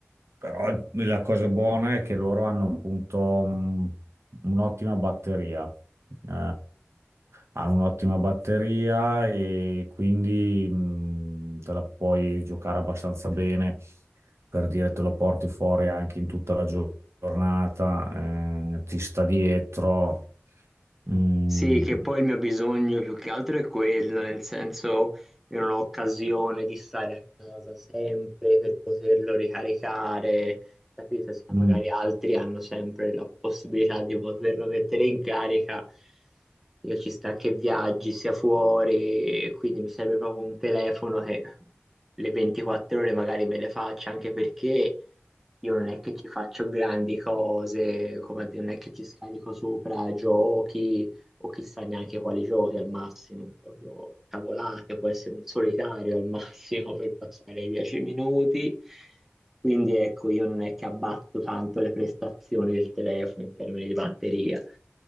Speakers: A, on the right (about 75°); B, in the centre.
A: però la cosa buona è che loro hanno appunto mm, un'ottima batteria eh, hanno un'ottima batteria e quindi mh, te la puoi giocare abbastanza bene, per dire te lo porti fuori anche in tutta la gio- giornata, eh, ti sta dietro. Mm,
B: Sì, che poi il mio bisogno più che altro è quello, nel senso io non ho occasione di stare a casa sempre per poterlo ricaricare, capite? Se
A: mm,
B: magari altri hanno sempre la possibilità di poterlo mettere in carica, io ci sta che viaggi, sia fuori, e quindi mi serve proprio un telefono che le 24 ore magari me le faccia, anche perché io non è che ci faccio grandi cose, come a dire, non è che ci scarico sopra giochi o chissà neanche quali giochi al massimo, proprio cavolate, può essere un solitario al <laughs> massimo per passare i dieci minuti. Quindi ecco, io non è che abbatto tanto le prestazioni del telefono in termini di batteria.